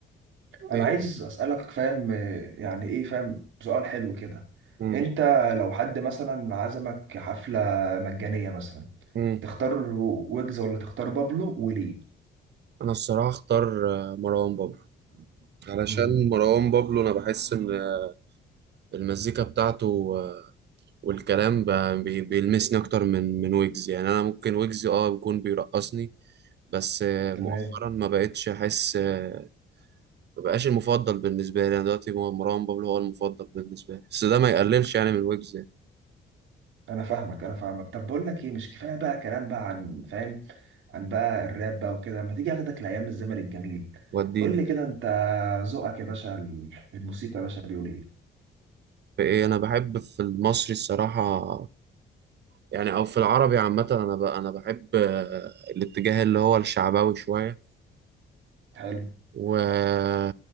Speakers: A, on the right (about 75°); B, on the right (about 60°).
A: انا
B: بينهم
A: عايز اسالك فاهم آه، يعني ايه فاهم سؤال حلو كده
B: مم.
A: انت لو حد مثلا عزمك حفله مجانيه مثلا
B: مم.
A: تختار ويجز ولا تختار بابلو وليه
B: انا الصراحه اختار آه، مروان بابلو علشان
A: امم
B: مروان بابلو انا بحس ان آه، المزيكا بتاعته آه، والكلام ب- بي- بيلمسني اكتر من من ويجز يعني انا ممكن ويجز اه بيكون بيرقصني بس آه،
A: تمام
B: مؤخرا ما بقتش احس آه، ما بقاش المفضل بالنسبه لي انا دلوقتي هو مروان بابلو هو المفضل بالنسبه لي بس ده ما يقللش يعني من ويجز يعني.
A: انا فاهمك انا فاهمك طب بقول لك ايه مش كفايه بقى كلام بقى عن فاهم عن بقى الراب بقى وكده ما تيجي اخدك لايام الزمن الجميل
B: وديني
A: قول لي كده انت ذوقك يا باشا الموسيقى يا باشا بيقول ايه
B: في ايه انا بحب في المصري الصراحه يعني او في العربي عامه انا ب... انا بحب آه، الاتجاه اللي هو الشعبوي شويه
A: حلو
B: و